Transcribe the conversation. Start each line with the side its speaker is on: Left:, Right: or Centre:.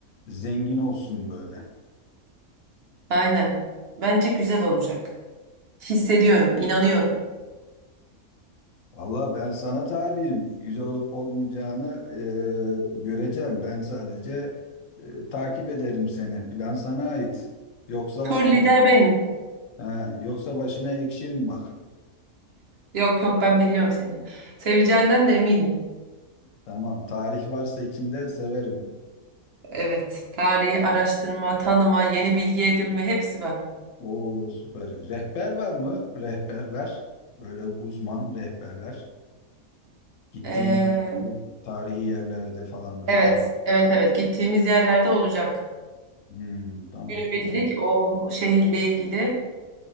Left: zengin olsun böyle.
Right: aynen. Bence güzel olacak. Hissediyorum, inanıyorum.
Left: Valla ben sana tabiyim. Güzel olup olmayacağını e, göreceğim. Ben sadece e, takip ederim seni. Plan sana ait. Yoksa
Right: Tur
Left: bak
Right: lider
Left: bak.
Right: benim.
Left: Ha, yoksa başına ekşirim bak.
Right: Yok yok ben biliyorum seni. Seveceğinden de eminim.
Left: Tamam. Tarih varsa içinde severim.
Right: Evet, tarihi araştırma, tanıma, yeni bilgi edinme hepsi var.
Left: Oo süper. Rehber var mı? Rehberler. Böyle uzman rehberler. Gittiğin
Right: Ee,
Left: yerde, tarihi yerlerde falan böyle
Right: evet,
Left: tanıt.
Right: evet evet gittiğimiz yerlerde olacak.
Left: Hmm, tamam bu
Right: Günübirlik
Left: güzel.
Right: o şehirle ilgili